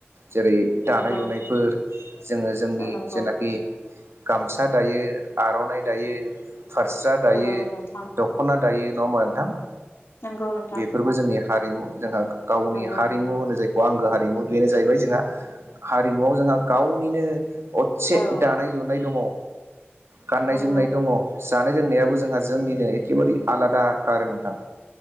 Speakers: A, on the right; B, on the left.
A: जेरै
B: नंगौ
A: दानाय लुनायफोर। जोङो जोंनि
B: नंगौ
A: जेनाखि गामसा दायो आर'नाइ दायो। फारस्रा दायो
B: औ नोंथां
A: दख'ना दायो नङा होमबा नोंथां?
B: नंगौ नो
A: बेफोरबो जोंनि हारिमु जोंहा गावनि
B: नंगौ
A: हारिमु होनो जायखौ आं हारिमु बेनो जाहैबाय जोंहा हारिमुवआव जोंहा गावनिनो अदसे
B: औ
A: दानाय लुनाय दङ। गाननाय
B: नंगौ
A: जोमनाय दङ। जानाय लोंनायाबो जोंहा जोंनिनो एखेबारे आलादा आरो नोंथां।